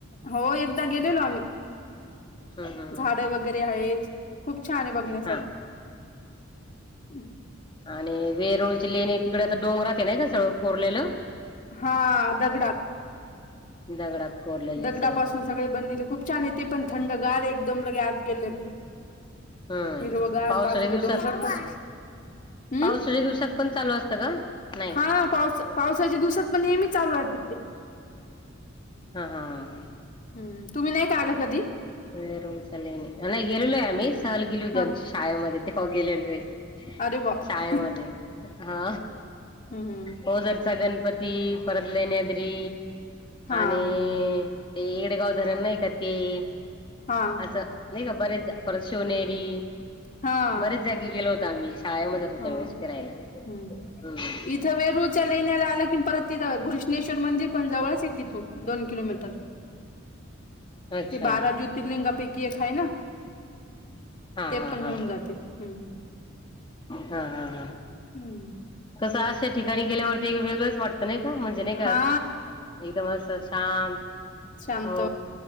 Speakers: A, on the left; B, on the left.
A: हो एकदा गेलेलो आम्ही.
B: हम्म हम्म
A: झाड वगैरे आहेत खूप छान आहे बघण्यासारखं
B: हा.
A: हम्
B: आणि वेरळची लेणी तिकडे तर डोंगरात नाही का सगळं कोरलेलं
A: हा दगडा
B: दगडात कोरलेलं आहे
A: दगडापासून
B: सगळं.
A: सगळे बनलेले खूप छान येते पण थंडगार आहे दम लगे आज गेले
B: हम्म
A: हिरवगार
B: पावसाच्या
A: बाजूले
B: दिवसात
A: डोंगर पण हम्म
B: पावसाच्या दिवसात पण चालू असतं का नाही
A: हा पावस पावसाच्या दिवसात पण नेहमीच चालू राहत ते
B: हा हा हां हां
A: हम्म तुम्ही नाय का आले कधी
B: वर उचाले आ ना गेलले आम्हीच ला गेली होती
A: हा
B: आमच्या शाळेमध्ये तेव्हा गेलेलो आहे
A: अरे बापरे
B: शाळेमध्ये हा
A: हम्म
B: हो जर च गणपती त परत लईनद्री
A: हा
B: आणि ते इकडे गावधरण नाही का ते
A: हा
B: असं नाही का बरेच परशिवनेरी
A: हा
B: बरेच जागी गेलो होत आम्ही शाळेमध्ये होतो
A: हा
B: त्यावेेळेस फिरायला
A: हम्
B: हम्म
A: इथं वेरूच्या लेण्याला आलं कि परत तिथं घृष्णेश्वर मंदिर जवळाच आहे तिथून दोन किलोमीटर
B: अच्छा
A: ते बारा ज्योतिर्लिंगापैकी एक आहे ना
B: हा
A: ते
B: हा
A: पण
B: हा
A: होऊन जाते हम्म
B: हा हा हा
A: हम्म
B: कस अशा ठिकाणी गेल्यावर वेगवेगळंच वाटतं नाही का म्हणजे नाही का
A: हा
B: एकदम असं शांत
A: शमत
B: हो